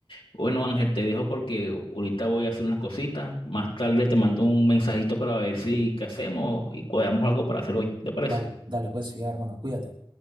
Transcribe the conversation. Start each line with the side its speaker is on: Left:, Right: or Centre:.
Left: Bueno, Ángel, te dejo porque ahorita voy a hacer unas cositas. Más tarde te mando un mensajito para ver si qué hacemos y cuadramos algo para hacer hoy. ¿Te parece?
Right: Dale, dale pues sí, hermano, cuídate.